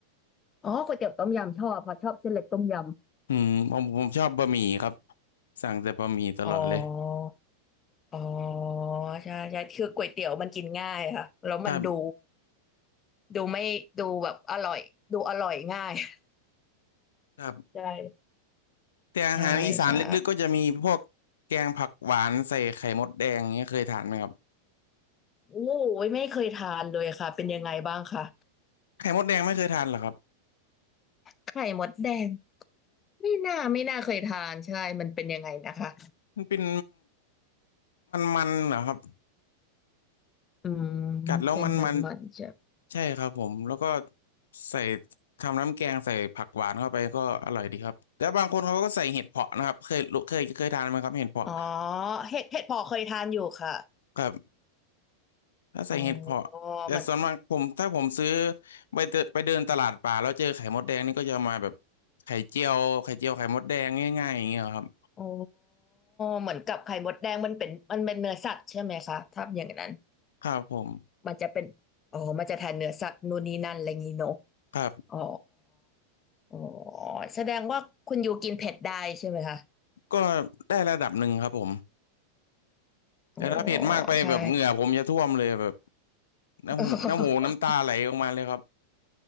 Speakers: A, on the left (about 25°); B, on the left (about 65°).
A: อ๋อก๋วยเตี๋ยวต้มยำชอบเพราะชอบเส้นเล็กต้มย
B: อืมผมผมชอบบะหมี่ครับสั่งแต่บะหมี่ตลอดเลย
A: ำอ๋อ อ๋อใช่ใช่คือก๋วยเตี๋ยวมันกินง่ายค่ะแล้วมันดู
B: ครับ
A: ดูไม่ดูแบบอร่อยดูอร่อยง่าย <laughs>
B: ครับ
A: ใช่
B: แต่อาหารอีสานลึกๆก็จะมีพวกแกงผักหวานใส่ไข่มดแดงเนี้ยเคยทานไหมครับ
A: ใช่ใช่โอ้ยไม่เคยทานเลยค่ะเป็นยังไงบ้างคะ
B: ไข่มดแดงไม่เคยทานเหรอครับ
A: ไข่มดแดงไม่น่าไม่น่าเคยทานใช่มันเป็นยังไงนะคะ
B: มันเป็นมันๆเหรอครับ
A: อืม
B: กัดแล้วมันมัน
A: เป็นมันมันใช่
B: ใช่ครับผมแล้วก็ใส่ทำน้ำแกงใส่ผักหวานเข้าไปก็อร่อยดีครับแต่บางคนเขาก็ใส่เห็ดเผาะนะครับเคยรู้เคยเคยทานไหมครับเห็ดเผาะ
A: อ๋อเห็ดเห็ดเผาะเคยทานอยู่ค่ะ
B: ครับถ้าใส่เห็ดเผาะแต่ส่วนมากผมถ้าผมซื้อ
A: อ๋อมัน
B: ไปเดินไปเดินตลาดป่าแล้วเจอไข่มดแดงนี่ก็จะมาแบบไข่เจียวไข่เจียวไข่มดแดงง่ายๆอย่างเงี้ยครับ
A: อ๋อเหมือนกับไข่มดแดงมันเป็นมันเป็นเนื้อสัตว์ใช่ไหมคะถ้าอย่างนั้น
B: ครับผม
A: มันจะเป็นอ๋อมันจะแทนเนื้อสัตว์นู่นนี่นั่นอะไรงี้เนอะ
B: ครับ
A: อ๋ออ๋อแสดงว่าคุณยูกินเผ็ดได้ใช่ไหมคะ
B: ก็ได้ระดับหนึ่งครับผม
A: อ๋อ
B: แต่ถ้าเผ็ดมากไปแบบเหงื่อผมจะท่วมเลยแบบ
A: ใช่
B: น้ำหูน้ำหูน้ำตาไหลออกมาเลยครับ
A: <laughs>